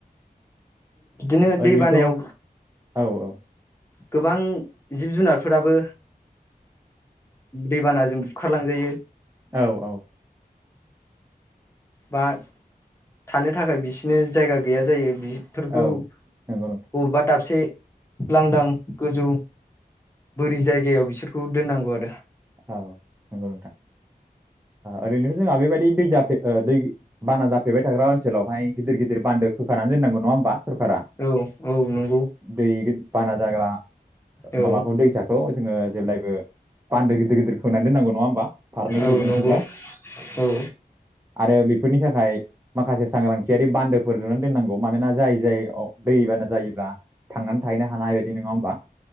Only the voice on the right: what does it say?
ओरैनोथ'
औ औ
औ औ
औ नंगौ नोंथां
औ नंगौ नोंथां ओरैनोथ' जोंहा बेबायदि ओ दै जाफ दै बाना जाफ्लेबाय थाग्रा ओनसोलावहाय गिदिर गिदिर बान्दो खौ होखानानानै दोन्नांगौ नङा होमबा सरखारा
दै बारा जाग्रा
माबाखौ दैसाखौ जोङो जेब्लायबो बान्दो गिदिर बिखना होनांगौ नङा होमबा फारनैबो
रुगुंथिंजाय
आरो बेफोरनि थाखाय माखासे सांग्रांथियारि बान्दोफोर नुनानै दोननांगौ मानोना जाय जाय औ दैबाना जायोब्ला थांनानै थाहैनो हानाय हाबायदि नङा होमबा